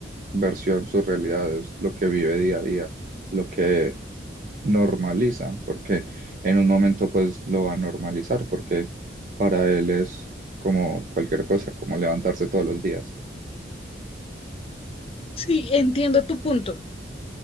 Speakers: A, on the right; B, on the left.
A: versión, su realidad, es lo que vive día a día, lo que normaliza, porque en un momento pues lo va a normalizar, porque para él es como cualquier cosa, como levantarse todos los días.
B: Sí, entiendo tu punto,